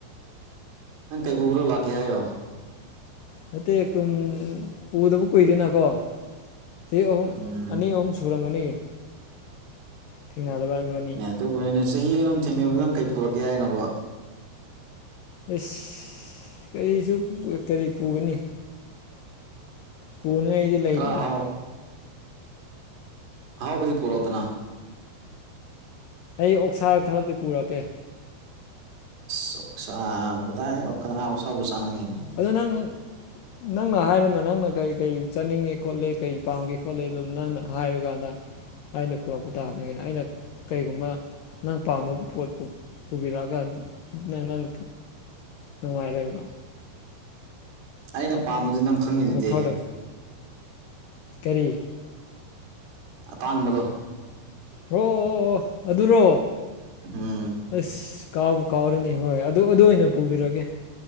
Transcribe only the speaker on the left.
ꯅꯠꯇꯦ ꯑꯗꯨꯨꯝ ꯄꯨꯗꯕꯨ ꯀꯨꯏꯗꯦꯅꯀꯣ ꯆꯍꯤ ꯑꯍꯨꯝ
ꯑꯅꯤ ꯑꯍꯨꯝ ꯁꯨꯔꯝꯒꯅꯤ ꯊꯦꯡꯅꯗꯕ ꯏꯅꯤ
ꯑꯁ ꯀꯔꯤꯁꯨ ꯀꯔꯤ ꯄꯨꯒꯅꯤ ꯄꯨꯅꯤꯡꯉꯥꯏꯗꯤ ꯂꯩꯇꯦꯗ
ꯑꯩ ꯑꯣꯛꯁꯥ ꯈꯔꯗꯤ ꯄꯨꯔꯛꯀꯦ
ꯑꯗꯨ ꯅꯪ ꯅꯪꯅ ꯍꯥꯏꯔꯅ ꯅꯪꯅ ꯀꯩ ꯀꯩ ꯆꯥꯅꯤꯡꯉꯦ ꯈꯣꯠꯂꯦ ꯀꯩ ꯄꯥꯝꯒꯦ ꯈꯣꯠꯂꯦ ꯑꯗꯨ ꯅꯪꯅ ꯍꯥꯏꯔꯨꯀꯥꯟꯗ ꯑꯩꯅ ꯄꯨꯔꯛꯄ ꯇꯥꯕꯅꯤ ꯑꯩꯅ ꯀꯔꯤꯒꯨꯝꯕ ꯅꯪ ꯄꯥꯝꯗꯕ ꯄꯣꯠ ꯄꯨꯕꯤꯔꯛꯑꯒ ꯅꯪ ꯅꯨꯡꯉꯥꯏꯔꯣꯏꯕ
ꯋꯥꯈꯜꯗꯣ ꯀꯔꯤ
ꯍ꯭ꯔꯣ ꯑꯣ ꯑꯗꯨꯔꯣ
ꯑꯁ ꯀꯥꯎꯕꯨ ꯀꯥꯎꯔꯅꯤ ꯍꯣꯏ ꯑꯗꯨ ꯑꯗꯨ ꯑꯣꯏꯅ ꯄꯨꯕꯤꯔꯛꯒꯦ